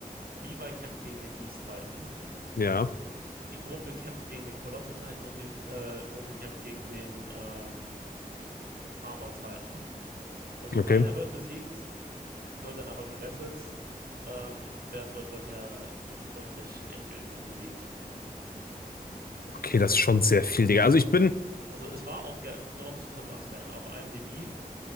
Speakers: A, on the right (about 80°); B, on the left (about 75°).
A: Levi kämpft gegen den Beast Titan.
B: Ja,
A: Die Gruppe kämpft gegen den Colossal Titan und die äh, Gruppe kämpft gegen den ähm, Armor Titan. Also
B: okay.
A: Reiner wird besiegt, wird dann aber gerettet. Ähm, Berthold wird ja wirklich endgültig besiegt.
B: Okay, das ist schon sehr viel, Digga. Also ich bin.
A: Also es war auch, ge- nur um es kurz anzumerken, auf IMDb